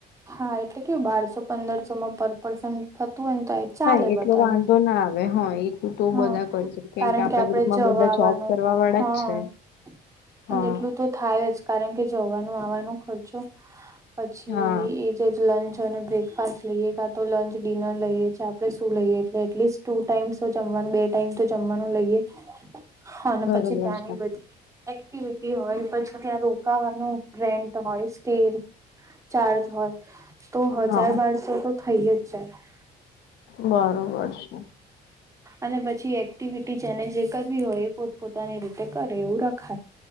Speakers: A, on the right; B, on the left.
A: હા એટલે કેવું બારસો પંદરસો માં પર પર્સન થતું હોયને તો ચાલે
B: હા એટલો
A: બધાને
B: વાંધો ના આવે હ. તો
A: હા
B: બધા કરી શકે કેમ
A: કારણ
B: કે આપડા
A: આપડે
B: ગ્રુપમાં
A: જવા
B: બધા
A: આવવાનું
B: જોબ કરવા વાળા
A: હા
B: જ છે. હા
A: અને એટલું તો થાય જ કારણ કે જવાનું આવાનો ખર્ચો પછી
B: હા
A: એ જે લંચ અને બ્રેક ખાસ લઈએ કા તો લંચ ડિનર લઈએ છે આપણે શું લઈએ એટલે એટલીસ્ટ ટુ ટાઈમ્સ તો જમવાનું બે ટાઈમ તો જમવાનું લઈએ ને હ અને
B: બરોબર
A: પછી ત્યાંની
B: છે
A: બધી એક્ટિવિટી હોય પછી ત્યાં રોકાવાનું ગ્રેન્ટ હોય સ્ટીલ ચાર્જ હોય તો હજાર
B: હા
A: બારસો તો તો થઈ જાય
B: બરોબર છે
A: અને પછી એક્ટિવિટી જેને જે કરવી હોય એ પોત પોતાની રીતે કરે એવું રખાય